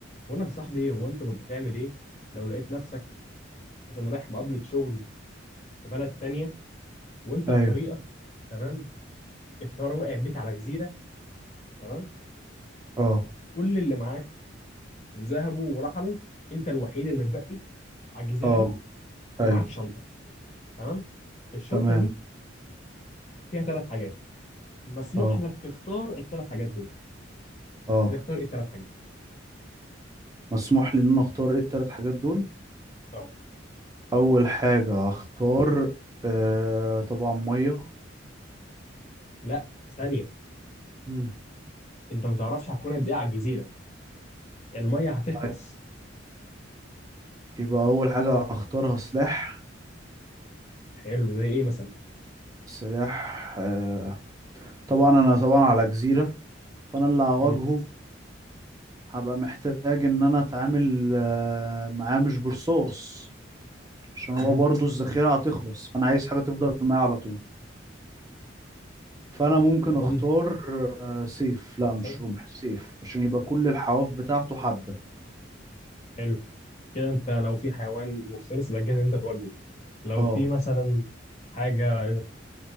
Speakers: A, on the left (about 35°); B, on the right (about 20°).
A: بقول لك يا صاحبي هو انت كنت هتعمل ايه لو لقيت نفسك مثلا رايح مقابلة شغل في بلد تانية وانت
B: ايوه
A: في طريقك تمام الطيارة وقع بيك على جزيرة تمام
B: اه
A: كل اللي معاك ذهبوا ورحلوا انت الوحيد اللي متبقي على الجزيرة
B: اه
A: دي ومعاك
B: ايوه
A: شنطة تمام الشنطة
B: تمام
A: دي فيها ثلاث حاجات مسموح
B: اه
A: لك تختار الثلاث حاجات دول
B: اه
A: هتختار ايه الثلاث حاجات
B: مسموح لي ان انا اختار ايه التلات حاجات دول
A: اه
B: اول حاجة هختار آه طبعا مية
A: لا ثانية
B: مم.
A: انت ما تعرفش هتكون قد ايه على الجزيرة المية هتخلص
B: طيب، يبقى اول حاجة هختارها سلاح
A: حلو زي ايه مثلا
B: سلاح آه طبعا انا طبعا على جزيرة فانا اللي هواجهه
A: مم.
B: هبقى محتاج ان انا اتعامل آه معاه مش برصاص عشان
A: مم.
B: هو برضو الذخيرة هتخلص فانا عايز حاجة تفضل معايا على طول فانا ممكن
A: رمح
B: اختار آه، سيف لا
A: مثلا
B: مش رمح سيف عشان يبقى كل الحواف بتاعته حادة
A: حلو كده انت لو في حيوان مفترس يبقى جاهز ان انت تواجهه لو
B: اه
A: في مثلا حاجه